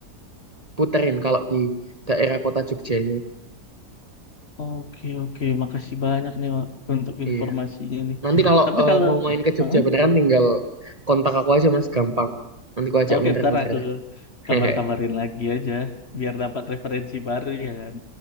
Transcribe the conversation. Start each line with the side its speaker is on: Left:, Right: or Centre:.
Right: diputerin kalau di daerah kota Jogjanya.
Left: Oke, oke. Makasih banyak nih Wak, untuk informasinya
Right: Iya.
Left: nih.
Right: Nanti kalau
Left: Tapi
Right: eh,
Left: kalau
Right: mau main ke Jogja
Left: Hah?
Right: beneran tinggal kontak aku aja Mas, gampang. Nanti aku ajak
Left: Oke,
Right: muter-muter
Left: ntar aku
Right: deh. <laughs>
Left: kabar-kabarin
Right: Hehe.
Left: lagi aja biar dapat referensi baru ya kan.